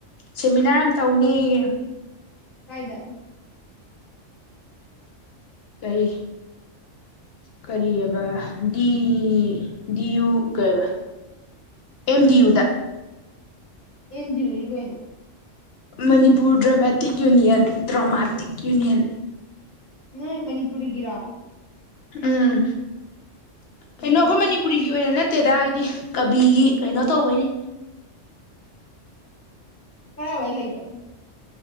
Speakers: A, on the left; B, on the left.
A: ꯁꯦꯃꯤꯅꯥꯔ ꯑꯃ ꯇꯧꯅꯦꯌꯦ
B: ꯀꯥꯏꯗ
A: ꯀꯔꯤ ꯀꯔꯤꯑꯕ ꯗꯤ ꯗꯤꯌꯨ ꯀꯩꯕ ꯑꯦꯝ ꯗꯤ ꯌꯨꯗ
B: ꯑꯃ ꯗꯤ ꯌꯨ ꯗꯤ ꯀꯩꯅꯣ
A: Manipur dramatic union dramatic union
B: ꯅꯣꯏ ꯃꯅꯤꯄꯨꯔꯤ ꯒꯤꯔꯣ
A: ꯎꯝ
B: ꯑꯣ
A: ꯀꯩꯅꯣ ꯑꯈꯣꯏ ꯃꯅꯤꯄꯨꯔꯤꯒꯤ ꯑꯣꯏꯅ ꯅꯠ ꯅꯠꯇꯦꯗ ꯍꯥꯏꯗꯤ ꯀꯕꯤꯒꯤ ꯀꯩꯅꯣ ꯇꯧꯕꯩꯅꯤ
B: ꯀꯥꯔꯥꯏ ꯋꯥꯏ ꯂꯩꯕꯥ